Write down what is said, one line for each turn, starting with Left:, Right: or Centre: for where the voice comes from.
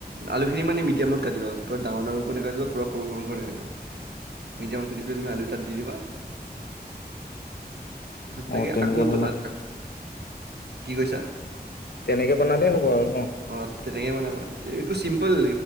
Right: আলুখিনি মানে মিডিয়ামত কাটিবা। পুৰা ডাঙৰ, ডাঙৰকৈ নাকাতিবা। পুৰা সৰু, সৰু কৰি নাকাটিবা। মিডিয়ামত কাটি পেলাই তুমি আলু তাত দি দিবা। <unintelligible> তাৰ পিছত
Left: অ
Right: তাতে
Left: তেনেকে
Right: আকৌ
Left: বনা
Right: ত আক কি কৈছা?
Left: তেনেকে বনালেই হ'ব আৰু ন?
Right: অ, তেনেকে বনাবা। এইটো চিম্পল